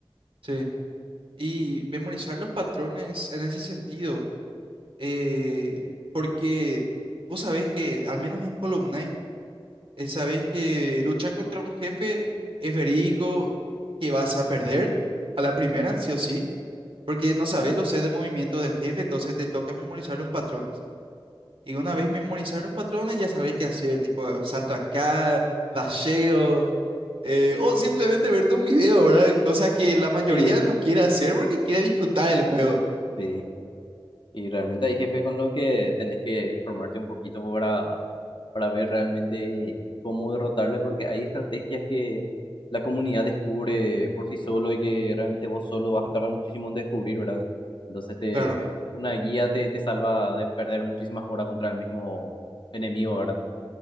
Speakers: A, on the right; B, on the left.
A: sí. Y memorizar los patrones en ese sentido. eh, porque vos sabés que, al menos en Hollow Knight, eh, sabés que luchar contra un jefe es verídico que vas a perder a la primera, sí o sí, porque no sabés los sets de movimiento del jefe, entonces te toca memorizar los patrones. Y una vez memorizar los patrones, ya sabés qué hacer, tipo salto acá, dasheo, eh, o simplemente verte un video, ¿verdad? Cosas que la mayoría
B: Sí.
A: no quiere hacer porque quiere disfrutar el juego,
B: Sí. Y realmente hay jefes con los que tenés que informarte un poquito para, para ver realmente cómo derrotarle, porque hay estrategias que la comunidad descubre por sí solo y que realmente vos solo vas a tardar muchísimo en descubrir, ¿verdad? Entonces te,
A: claro.
B: una guía te, te salva de perder muchísimas horas contra el mismo enemigo, ¿verdad?